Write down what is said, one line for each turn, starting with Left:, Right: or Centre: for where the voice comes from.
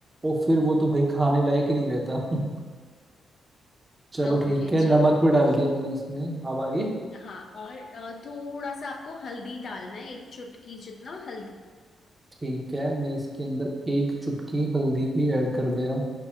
Right: और फिर वो तो भाई खाने लायक ही नहीं रहता <laughs> चलो
Left: ओके
Right: ठीक है
Left: चलो
Right: नमक भी डाल दिया मैंने इसमें अब आगे
Left: हाँ और अ, थोड़ा सा आपको हल्दी डालना है एक चुटकी जितना हल्दी
Right: ठीक है मैं इसके अंदर एक चुटकी हल्दी भी ऐड कर दे रहा हूँ